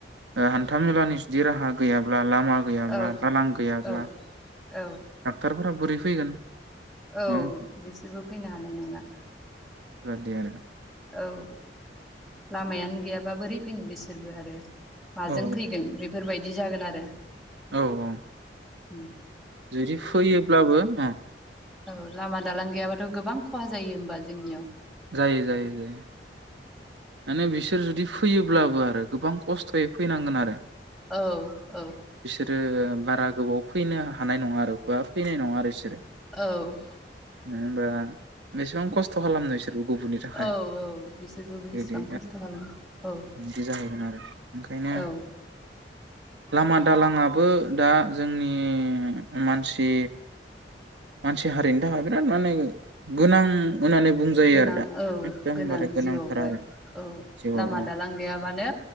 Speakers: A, on the right (about 80°); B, in the centre.
A: हान्था मेलानि जुदि राहा गैयाब्ला लामा गैयाबा
B: औ
A: दालां गैयाबा
B: औ औ
A: डाक्टर फोराबो बोरै फैगोन
B: औ
A: नङा होमबा
B: बिसोरबो फैनो हानाय नङा।
A: बेदि आरो ना?
B: औ। लामायानो गैयाबा बोरै फैनो बिसोरबो आरो। माजों
A: औ
B: फैगोन बेफोरबायदि बिदि जागोन आरो।
A: औ औ।
B: उम।
A: जुदि फैयोब्लाबो ओ
B: औ लामा दालां गैयाबाथ' गोबां खहा जायो होमबा जोंनियाव
A: जायो जायो जायो। माने बिसोर जुदि फैयोब्लाबो आरो गोबां खस्थ'यै फैनांगोन आरो
B: औ औ
A: बिदि बारा गोबाव फैनो हानाय नङा आरो बा फैनाय नङा आरो बिसोरो
B: औ
A: <inaudible> होनबा बेसेबां खस्थ' खालामनो बिसोरबो गुबुननि थाखाय
B: औ औ बिसोरबो
A: बिदि
B: <inaudible>
A: औ
B: खालामो औ
A: बिदि जाहैगोन आरो ओंखायनो
B: औ
A: लामा दालाांआबो दा जोंनि मानसि मानसि हारिनि थाखाय बिराद माने गोनां होननानै बुंजायो
B: गोनां
A: आरो दा
B: औ
A: एकदमबारे
B: गोनां
A: गोनांथार
B: जिउआवहाय
A: आरो
B: औ
A: जिउआव
B: लामा दालां गैयाबानो